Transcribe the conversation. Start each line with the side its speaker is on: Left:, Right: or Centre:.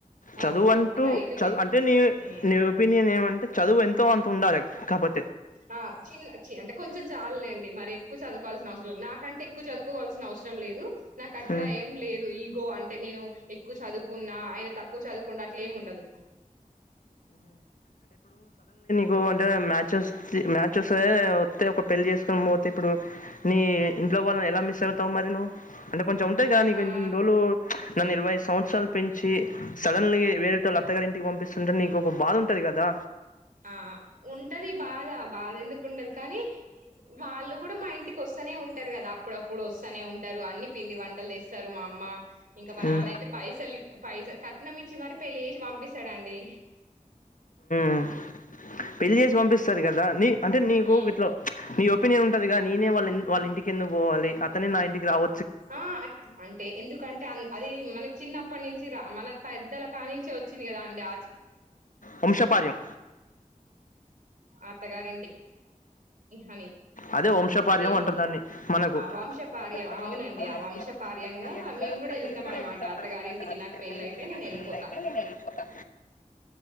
Right: ఆ
Left: చదువు అంటూ
Right: రైతు
Left: చదువు
Right: బిడ్
Left: అంటే నీ
Right: ఉమ్
Left: నీ ఒపీనియన్ ఏమ చదువు ఎంతో అంత ఉండాలె కాపో
Right: ఆ చిన్న చి అంటే కొంచెం చాలులేండి. మరి ఎక్కువ చదువుకోవాల్సిన అవసరం నాక్ నాకంటే ఎక్కువ చదువుకోవాల్సిన అవసరం లేదు. నాకు అట్లా
Left: చదువుకోవాల్సిన అవసరం లేదు ఉ
Right: ఏం లేదు ఈగో అంటే నేను ఎక్కువ చదువుకున్నా ఆయన తక్కువ చదువుకుండు అట్ల ఏం ఉండదు.
Left: కు అంటే మ్యాచస్ మ్యాచ్ వస్తే వత్తే ఒక పెళ్ళ చేసుకని పోతే ఇప్పుడు నీ ఇంట్లో వాళ్లనీ ఎలా మిస్ అవుతావు మరి నువ్వు అంటే కొంచెం ఉంటయి గా
Right: ఆ
Left: ఇన్ని రోలు నన్ను ఇరవైఐదు సంవత్సరాలు పెంచి సడన్లీ వేరేటోల అత్తగారి ఇంటికి పంపిస్తుంటే నీకు ఒక బాధ ఉంటది కదా.
Right: ఆ ఉంటది బాధ బాధ ఎందుకు ఉండదు కానీ వాళ్ళు కూడా మా ఇంటికి వస్తనే ఉం టరు కదా అప్పుడప్పుడు వస్తానే ఉంటారు. అన్ని పిండి వంటలు తెస్తరు. మా అమ్మ ఇంకా మా నాన్న
Left: ఉమ్.
Right: అయితే పైసల్ పైస కట్నం ఇచ్చి మరి పెళ్లిచేసి పంపిస్తడు అండి.
Left: ఆ పెళ్లి జెసి పంపిస్తరు కదా అనీ అంటే నీకు
Right: ఉమ్.
Left: గిట్ల చ్ నీ ఒపీనియన్ ఉంటదిగా నేనే వాళ వాళ్ళింటి కి ఎందుకు పోవాలి అతనే నా ఇంటికి రావ
Right: ఆ అంటే ఎందుకంటే అది మనక్ చిన్నప్పటి నుంచి రా మన పెద్దల కానించే వచ్చింది కదా అండి ఆచా
Left: వంశపర్యం
Right: అత్తగారింటికి అని
Left: అదే వంశపర్యం
Right: నేను
Left: అంటరు దాన్ని మనకు
Right: వంశపార్యం
Left: ఆ వంశపర్యం
Right: అవునండి
Left: అవునండీ
Right: ఆ వంశపార్యంగా
Left: అవును వంశపర్యంగా
Right: మేము
Left: గా
Right: కూడా వెళ్తాం
Left: నేను కూడ
Right: అనమాట
Left: వెళ్తా
Right: అత్తగారింటికి
Left: అనమాట అత్తగారింటికి
Right: నాకు పెళ్ళి అయితే నేను
Left: నాకు
Right: వెళ్ళిపోతా
Left: పెళ్లి అయితే నేను వెళ్ళిపోతా